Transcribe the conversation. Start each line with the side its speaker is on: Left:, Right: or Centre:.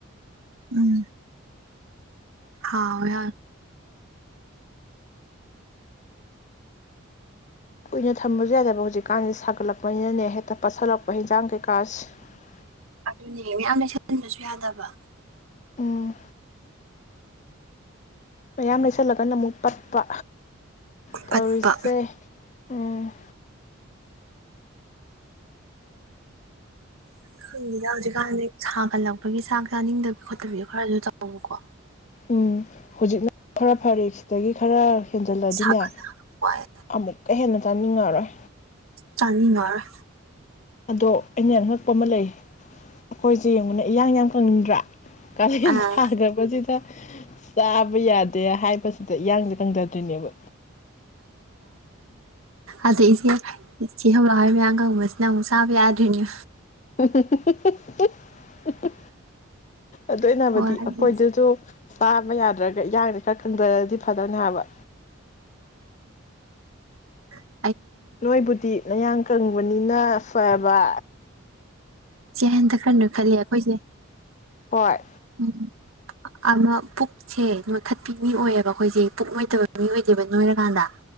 Right: ꯎꯝ ꯍꯥꯎꯋꯦ
Left: ꯀꯨꯏꯅ ꯊꯝꯕꯁꯨ ꯌꯥꯗꯕ ꯍꯧꯖꯤꯛꯀꯥꯟꯗꯤꯦ ꯁꯥꯒꯠꯂꯛꯄꯅꯤꯅꯅꯦ ꯍꯦꯛꯇ ꯄꯠꯁꯤꯜꯂꯛꯄ ꯍꯟꯖꯥꯡ ꯀꯩꯀꯥꯁ
Right: ꯑꯗꯨꯅꯦ ꯃꯌꯥꯝ ꯂꯩꯁꯟꯟꯕꯁꯨ ꯌꯥꯗꯕ
Left: ꯎꯝ ꯃꯌꯥꯝ ꯂꯩꯁꯜꯂꯒꯅ ꯑꯃꯨꯛ ꯄꯠꯄ ꯇꯧꯔꯤꯁꯦ
Right: ꯄꯠꯄ
Left: ꯎꯝ
Right: ꯑꯩꯈꯣꯏꯁꯤꯗ ꯍꯧꯖꯤꯛꯀꯥꯟꯗꯤ ꯁꯥꯒꯠꯂꯛꯄꯒꯤ ꯆꯥꯛ ꯆꯥꯅꯤꯡꯗꯕꯤ ꯈꯣꯠꯇꯕꯤ ꯈꯔꯁꯨ ꯇꯕꯀꯣ
Left: ꯎꯝ ꯍꯧꯖꯤꯛꯅ ꯈꯔ ꯐꯔꯦ ꯁꯤꯗꯒꯤ ꯈꯔ ꯍꯦꯟꯖꯜꯂꯗꯤꯅꯦ
Right: ꯁꯥꯒꯠꯂꯛꯄꯋꯥꯏ
Left: ꯑꯃꯨꯛꯀ ꯍꯦꯟꯅ ꯆꯥꯅꯤꯡꯉꯔꯣꯏ
Right: ꯆꯅꯤꯅꯔ
Left: ꯑꯗꯣ ꯑꯩꯅ ꯑꯉꯛꯄ ꯑꯃ ꯂꯩ ꯑꯩꯈꯣꯏꯁꯦ ꯌꯦꯡꯕꯅ ꯏꯌꯥꯡ ꯌꯥꯝ ꯈꯪꯅꯤꯡꯗ꯭ꯔꯥ ꯀꯥꯂꯦꯟ
Right: ꯑꯥ
Left: ꯁꯥꯗꯕꯁꯤꯗ ꯆꯥꯕ ꯌꯥꯗꯦ ꯍꯥꯏꯕꯁꯤꯗ ꯏꯌꯥꯡꯁꯦ ꯀꯪꯖꯗ꯭ꯣꯏꯅꯦꯕ
Right: ꯑꯗꯣ ꯏꯆꯦ ꯏꯦ ꯍꯧꯧꯂꯛꯍꯣꯏ ꯃꯌꯥꯝꯒꯪꯕꯁꯤꯅ ꯑꯃꯨꯛ ꯆꯥꯕ ꯌꯥꯗ꯭ꯔꯤꯅꯦ
Left: ꯍꯨꯝ ꯍꯨꯝ ꯍꯨꯝ ꯍꯨꯝ ꯑꯗꯨ ꯅꯕꯗꯤ
Right: ꯋꯥꯗꯤ
Left: ꯑꯩꯈꯣꯏꯗꯁꯨ ꯆꯥꯕ ꯌꯥꯗ꯭ꯔꯒ ꯏꯔꯥꯡꯁꯦ ꯈꯔ ꯈꯪꯖꯂꯗꯤ ꯐꯗꯕꯅꯦ ꯍꯥꯏꯕ
Right: ꯑ
Left: ꯅꯣꯏꯕꯨꯗꯤ ꯅꯌꯥ ꯀꯪꯕꯅꯤꯅ ꯐꯦꯕ
Right: ꯏꯆꯦ ꯍꯟꯗꯛ ꯀꯟꯅ ꯈꯜꯂꯤ ꯑꯩꯈꯣꯏꯁꯦ
Left: ꯍꯣꯏ
Right: ꯎꯝ ꯑꯃ ꯄꯨꯛꯁꯦ ꯅꯣꯊꯠꯄꯤ ꯃꯤ ꯑꯣꯏꯑꯕ ꯑꯩꯈꯣꯏꯁꯦ ꯄꯨꯛ ꯅꯣꯏꯗꯕ ꯃꯤ ꯑꯣꯏꯗꯦꯕ ꯅꯣꯏꯔꯀꯥꯟꯗ